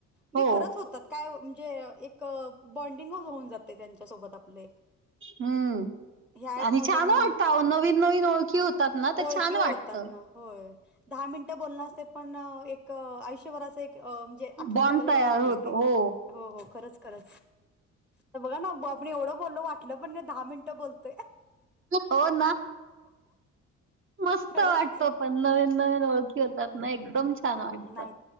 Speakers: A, in the centre; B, on the right (about 40°).
A: नई
B: हो
A: खरच होतात. काय ओ म्हणजे एक बॉन्डिंग होऊन जातय त्यांच्यासोबत आपलं एक.
B: हम्म
A: ह्या ऍप
B: आणि
A: मधून
B: छान वाटत आओ नवीन नवीन ओळखी होत होतात ना
A: ओळखी
B: ते छान
A: होतात
B: वाटतं.
A: ना होय दहा मिनटं बोलण असतय पण एक आयुष्यभराच एक अम म्हणजे आठवण
B: बॉन्ड
A: ठेवल्या
B: तयार
A: सरक होतय
B: होतो
A: तेे.
B: हो
A: हो हो खरंच खरच. तर बघा ना ब आपण एवढं बोलल वाटलं पण नाही दहा मिनटं बोलतोय.
B: हो ना? मस्त
A: खरंच
B: वाटतो
A: की
B: पण नवीन नवीन ओळखी होतात ना? एकदम छान वाटतं.
A: नाहीत.